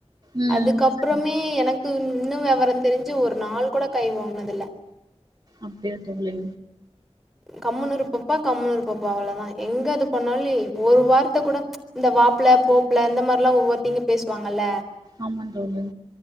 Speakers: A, on the right (about 35°); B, in the centre.
A: ம்
B: அதுக்கப்றமே
A: சரிங்க
B: எனக் து இன்னு வெவரந் தெரிஞ்சு ஒரு நாள் கூட கை ஓங்னதில்ல
A: அப்டியா தோழி
B: கம்முனுரு பப்பா கம்முனுரு பப்பா அவ்ளோதா எங்க அது பண்ணாலி ஒரு வார்த்தக் கூட ச்ச இந்த வாப்ல போப்ல இந்த மார்லா ஒவ்வொர்த்தீங்க பேசுவாங்கல்லே
A: ஆமா தோழி